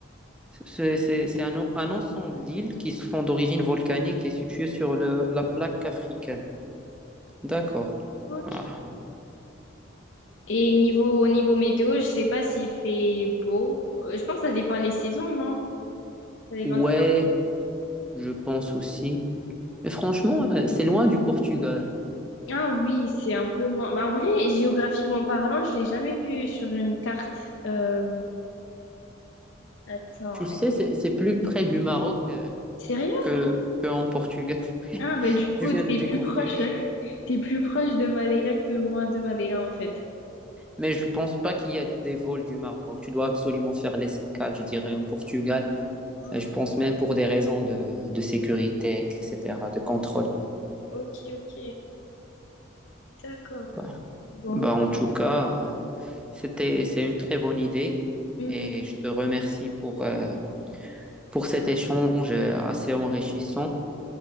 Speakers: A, in the centre; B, on the left.
A: c'est c'est- c'est un, en- un ensemble d'îles qui sont d'origine volcanique et situées sur le- la plaque africaine. D'accord.
B: Ok.
A: Ah.
B: Et niveau, au niveau météo, je sais pas s'il fait beau. Euh, Je pense que ça dépend les saisons, non? Ça dépend,
A: Ouais,
B: c'est comme-
A: je pense aussi. Mais franchement, euh, c'est loin du Portugal.
B: Ah oui, c'est un peu loin. Bah, en vrai, géographiquement parlant, je l'ai jamais vu sur une carte. Euh, Attends,
A: Tu sais,
B: eh,
A: c'est, c'est plus près du Maroc euh,
B: sérieux?
A: que, que en Portugal. <laughs>
B: Ah bah du coup,
A: Je viens
B: t'es
A: de découvrir.
B: plus proche, <laughs> t'es plus proche de Madeira que moi de Madeira en fait.
A: Mais je pense pas qu'il y a des vols du Maroc. Tu dois absolument faire l'escale, je dirais, en Portugal.
B: Ah,
A: Euh, Je pense même pour des raisons de, de sécurité, etc., de contrôle.
B: ok, ok, d'accord.
A: Bah,
B: Bon,
A: bah, en tout cas, euh, c'était, c'est une très bonne idée.
B: Mhm.
A: Et je te remercie pour, euh, pour cet échange euh, assez enrichissant.